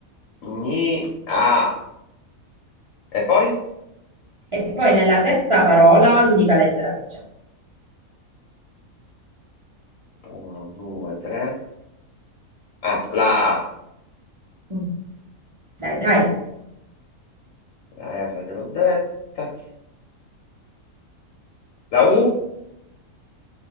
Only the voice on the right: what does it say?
E poi nella terza parola l'unica lettera che c'è.
Mm. Dai, dai.